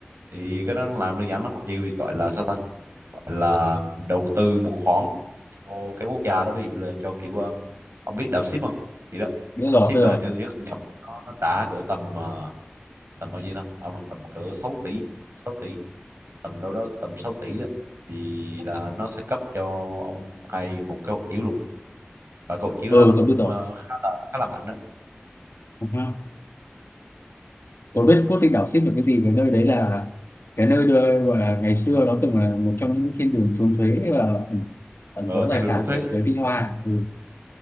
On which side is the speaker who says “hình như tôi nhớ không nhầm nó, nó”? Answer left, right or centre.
Right